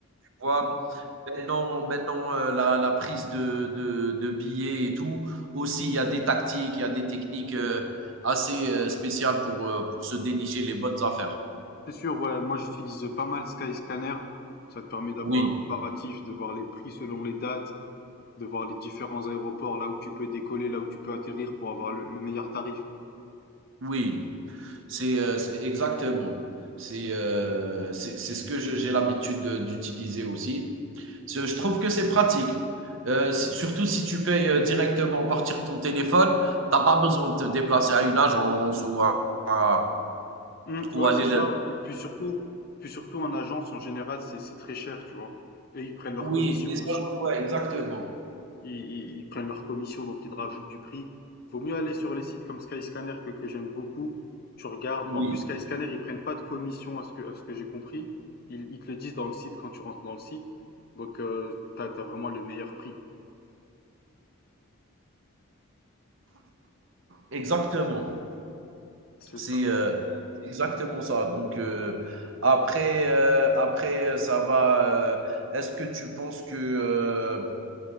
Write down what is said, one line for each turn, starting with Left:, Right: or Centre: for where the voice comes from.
Right: vois?
Left: Mhm.
Right: Maintenant maintenant, heu, la la prise de de de billets et tout, aussi il y a des tactiques, il y a des techniques, heu, assez, heu, spéciales pour, heu, pour se dénicher les bonnes affaires.
Left: C'est sûr, ouais. Moi, j'utilise pas mal Skyscanner. Ça te permet d'avoir
Right: Oui,
Left: un comparatif, de voir les prix selon les dates, de voir les différents aéroports, là où tu peux décoller, là où tu peux atterrir pour avoir le le meilleur tarif.
Right: oui. C'est, heu, c'est exactement. C'est, heu, c'est c'est ce que je j'ai l'habitude de d'utiliser aussi. Ce je trouve que c'est pratique, heu, s surtout si tu payes, heu, directement à partir de ton téléphone, t'as pas besoin de te déplacer à une agence ou à à
Left: Mmh,
Right: ou
Left: ouais,
Right: aller
Left: c'est ça.
Right: le
Left: Puis puis surtout, puis surtout en agence, en général, c'est c'est très cher, tu vois. Et ils prennent leur
Right: Oui,
Left: commission
Right: les
Left: aussi.
Right: agents ouais, exactement.
Left: Ils, ils, ils prennent leur commission, donc ils te rajoutent du prix. Vaut mieux aller sur les sites comme Skyscanner que, que j'aime beaucoup. Tu regardes.
Right: Oui,
Left: En plus, Skyscanner, ils prennent pas de commission à ce que, à ce que j'ai compris. Ils, ils te le disent dans le site quand tu rentres dans le site. Donc, euh, t'as, t'as vraiment le meilleur prix.
Right: exactement.
Left: C'est
Right: C'est,
Left: ça.
Right: heu, c'est exactement ça. Donc, heu, après, heu, après, heu, ça va, heu, est-ce que tu penses que, heu,